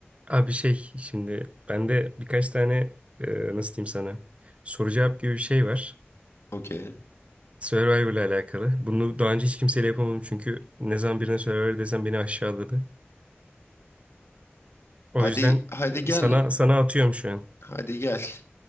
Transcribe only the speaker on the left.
Okey.
Hadi
hadi gel.
Hadi gel.